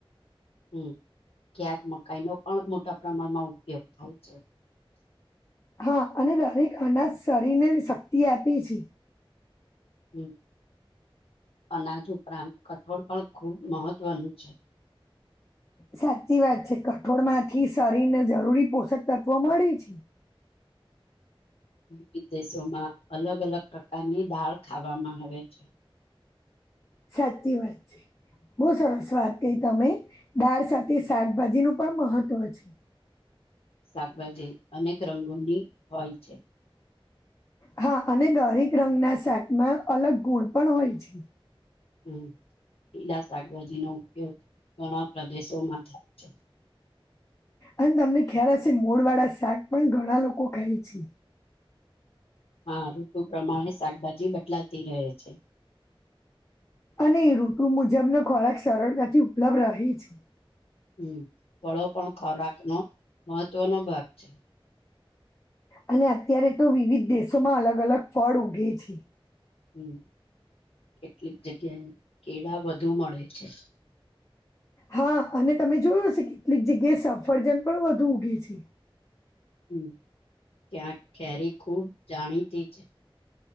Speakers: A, on the left; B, on the left.
A: હમ્મ. ક્યાંક મકાઈનો પણ મોટા પ્રમાણમાં ઉપયોગ થાય છે.
B: હા, અને દરેક અનાજ શરીરને શક્તિ આપે છે.
A: હમ્મ. અનાજ ઉપરાંત કઠોળ પણ ખૂબ મહત્વનું છે.
B: સાચી વાત છે. કઠોળમાંથી શરીર ને જરૂરી પોષક તત્વો મળે છે.
A: વિવિધ દેશોમાં અલગ-અલગ પ્રકારની દાળ ખાવામાં આવે છે.
B: સાચી વાત છે. બહું સરસ વાત કહી તમે. દાળ સાથે શાકભાજી નું પણ મહત્વ છે.
A: શાકભાજી અનેક રંગોની હોય છે.
B: હા અને દરેક રંગના સેટમાં અલગ ગુણ પણ હોય છે.
A: હમ્મ, લીલા શાકભાજી નો ઉપયોગ ઘણા પ્રદેશોમાં થાય છે.
B: અને તમને ખ્યાલ હશે મોડ વાળા શાક પણ ઘણા લોકો ખાય છે. <inaudible>
A: હા ઋતુ પ્રમાણે શાકભાજી બદલાતી રહે છે.
B: અને ઋતુ મુજબ નો ખોરાક સરળતાથી ઉપલબ્ધ રહે છે.
A: હમ્મ, ફળો પણ ખોરાકનો મહત્વનો ભાગ છે.
B: અને અત્યારે તો વિવિધ દેશોમાં અલગ-અલગ ફળ ઉગે છે.
A: હમ્મ, કેટલીક જગ્યાએ કેળા વધુ મળે છે.
B: હા, અને તમે જોયું હશે કેટલીક જગ્યાએ સફરજન પણ વધુ ઉગે છે.
A: હમ્મ. ક્યાંક કેરી ખૂબ જાણીતી છે.